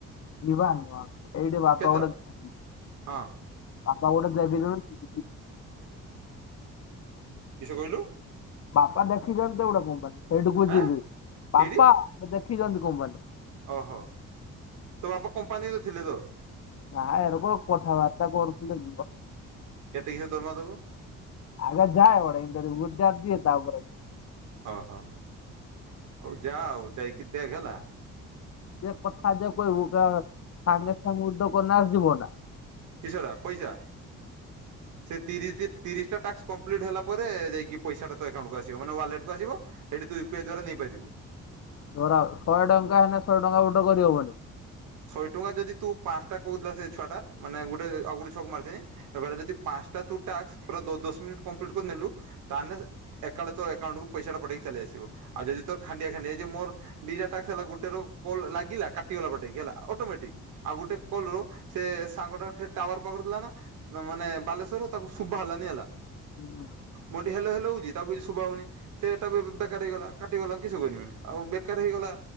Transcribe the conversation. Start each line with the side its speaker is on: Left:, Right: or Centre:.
Left: ଯିବା ଜିବା ଏଇଠି ବାପା
Right: କେତେବେଳେ?
Left: ଗୋଟେ ଜାଗା
Right: ହଁ।
Left: ବାପା ଗୋଟେ ଦେଖିଛନ୍ତି।
Right: କିସ କହିଲୁ।
Left: ବାପା ଦେଖିଛନ୍ତି ଗୋଟେ କମ୍ପାନୀ ସେଇଠିକୁ
Right: ଆଁ
Left: ଯିବି
Right: କେଇଠି
Left: ବାପା ଦେଖିଛନ୍ତି କମ୍ପାନୀ।
Right: ଓହୋ ତୋ ବାପା କମ୍ପାନୀରେ ଥିଲେ ତ।
Left: ନା ଏର କ କଥାବାର୍ତ୍ତା କରୁଥିଲେ ଯିବା।
Right: କେତେ କିସ ଦରମା ଦବ?
Left: ଆଗେ ଯାଏ ଗୋଟେ ଇଣ୍ଟର୍ଭ୍ୟୁ ଗୋଟେ ଦିଏ ତା ପରେ
Right: ଓହୋ ହଉ ଯା ଆଉ ଯାଇକି ଦେଖ ହେଲା।
Left: ଏ କଥା ଯ କହିବୁ ସାଙ୍ଗେ ସାଙ୍ଗେ ଉଦ୍ୟ କନା ଯିବ ନା।
Right: କିସ ରା ପଇସା। ସେ ତିରିଶ ତିରିଶଟା ଟାସ୍କ କମ୍ପ୍ଲିଟ୍ ହେଲା ପରେ ଯାଇକି ପଇସାଟା ତ ଏକାଉଣ୍ଟକୁ ଆସିବ ମାନେ ୱାଲେଟ୍ କୁ ଆସିବ। ସେଠି ତୁୟଇିଇ ଦ୍ଵା ନେଇପାରିବୁ <unintelligible>
Left: ଧର ଶହେ ଟଙ୍କା ହେନେ ଶହେ ଟଙ୍କା ଉଡ୍ରୋ କରି ହବନି।
Right: ଶହେ ଟଙ୍କା ଯଦି ତୁ ପାଞ୍ଚଟା କହୁଥିଲା ସେ ଛୁଆଟା ମାନେ ଗୋଟେ ଆଉ ଗୋଟେ ଛୁଆକୁ ମାରିଦିଏ ଏ ଯଦି ପାଞ୍ଚଟା ପୁରା ଟାସ୍କ ଦଶ ମିନିଟି କଂପ୍ଲିଟ୍ କରିନେଲୁ ତାହେଲେ ଏକାଉଣ୍ଡ ତ ଏକାଉଣ୍ଟକୁ ପଇସାଟା ପଠେଇକି ଚାଲି ଆସିବ ଆଉ ଯଦି ତୋର ଖାଣ୍ଡିଆ ଖାଣ୍ଡିଆ ହେଇଯିବ ମୋର ଦିଟା ଟାକ୍ସ ହେଲା ଗୋଟେ ର କଲ୍ ଲାଗିଲା କାଟିଗଲା ପଟେଇକି ହେଲା। ଅଟୋମେଟିକ୍ ଆଉ ଗୋଟେ କଲର ସେ ସାଙ୍ଗଟା ଟାୱାର ପାଉନଥିଲା ନା ମାନେ ବାଲେଶ୍ଵର ତାକୁ ଶୁଭ ହେଲାନି ହେଲା।
Left: ହୁଁ।
Right: ମୁଁ ଏଠି ହେଲୋ ହେଲୋ ହେଉଛି ତାକୁ କିଛି ଶୁଭା ହେଉନି। ସେଟା ବି ବେକାର ହେଇଗଲା କାଟିଗଲା କିସୋ କରିବି ଆଉ ବେକାର ହେଇଗଲା।